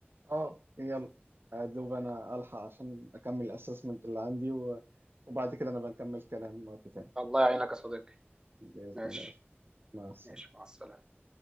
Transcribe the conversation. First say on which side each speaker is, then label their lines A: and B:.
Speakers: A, on the right; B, on the right.
A: آه، يلا ادوب انا الحق عشان اكمل الاسسمنت اللي عندي و... وبعد كده نبقى نكمل كلام وقت تاني
B: الله يعينك يا صديقي
A: باذن
B: ماشي
A: الله يا صاحبي. مع السلامه
B: ماشي مع السلامة